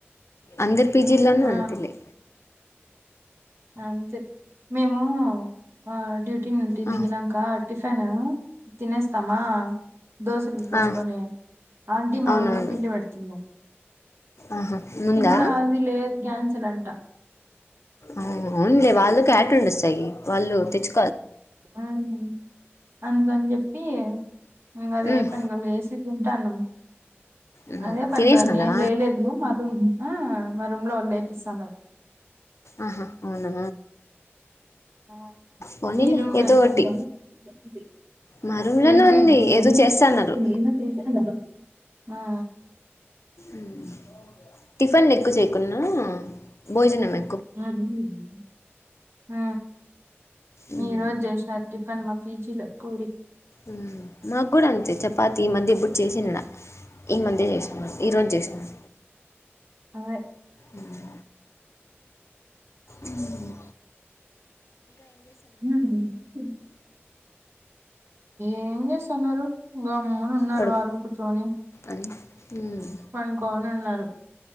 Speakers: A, on the left (about 85°); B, on the right (about 65°).
A: అందరి పీజీల్లోనూ
B: ఆ
A: అంతేలే
B: అంతే మేము ఆ డ్యూటీ నుండి
A: ఆ
B: దిగినంకా టిఫి <unintelligible> తినేస్తామా దోశలు పోసుకొని
A: ఆ
B: ఆంటీ మామూలుగా
A: అవునవును
B: పిండి పెడుతుంది
A: ఆహా ముందా
B: ఇప్పుడు అది లేదు క్యాన్సిల్ అంట
A: ఆ అవునులే వాళ్ళు <unintelligible> వాళ్ళు తెచ్
B: ఆవును అందుకని చెప్పీ ఇంగ అదే
A: ఉమ్,
B: పనిగ లేసి తింటాన్నమ్
A: ఉమ్,
B: అదే పనిగా
A: తినేసినారా
B: నేను లేయలేదు మాకు ఆ మా రూమ్ లో వాళ్ళు లేపిస్తండారు
A: ఆహా అవునా
B: ఆ
A: పోనీలే
B: మీ రూమ్ లో
A: ఏదో
B: ఎట్లుంది
A: ఒకటి మా రూమ్లోనే
B: ఎల్పీ
A: ఉంది
B: జీవితము
A: ఏదో చేస్తన్నారు
B: మీ అన్న చేస్తానాడు దాంట్లో ఆ ఆ
A: ఉమ్ టిఫిన్లు ఎక్కువ చేయకున్నా భోజనమే
B: <unintelligible> ఆ
A: ఉమ్,
B: ఈ రోజు చేశినారు టిఫన్ మా పీజీలో పూరి
A: ఊ మాకు కూడా అంతే చపాతి ఈ మద్య ఎప్పుడు చేసింల ఈ మద్య చే ఈరోజు చేసినర్
B: అదే
A: ఉమ్ ఉమ్
B: ఉమ్ హు ఏం చేస్తన్నారు గమ్మున ఉన్నారు
A: పడుకు
B: వాళ్ళు కూర్చొని
A: అని ఉమ్,
B: పండుకోని ఉన్నారు